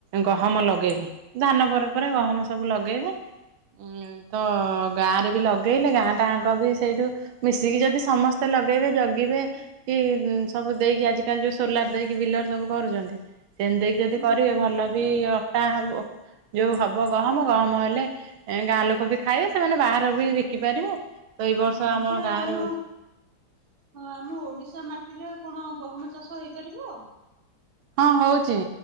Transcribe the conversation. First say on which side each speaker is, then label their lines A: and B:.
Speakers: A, on the right; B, on the right.
A: ଗହମ ଲଗେଇବେ, ଧାନ ପରେ ପରେ ଗହମ ସବୁ ଲଗେଇବେ। ଉଁ, ତ ଗାଁ ରେ ବି ଲଗେଇଲେ ଗାଁ ଟାଙ୍କ ବି ସେଇଠୁ ମିଶିକି ଯଦି ସମସ୍ତେ ଲଗେଇବେ ଜଗିବେ କି ଉଁ, ସବୁ ଦେଇକି ଆଜିକାଲି ଯୋଉ ସୋଲାର ଦେଇକି ବିଲର ସବୁ କରୁଚନ୍ତି। ସେମିତି ଦେଇକି ଯଦି
B: ହୁଁ
A: କର ଟିକେ ଭଲ ବି ଅଟା ହବ। ଯୋଉ ହବ ଗହମ, ଗହମ ହେଲେ ଗାଁ ଲୋକ ବି ଖାଇବେ। ସେମାନେ ବାହାର ବି ବିକି ପାରିବେ। ତ ଏଇ ବର୍ଷ
B: ହଁ
A: ଆମ
B: ଯେ
A: ଗାଁରେ
B: ଆମ ହଁ ଆମ ଓଡିଶା ମାଟିରେ କଣ ଗହମ ଚାଷ ହେଇପାରିବ?
A: ହଁ ହଉଚି।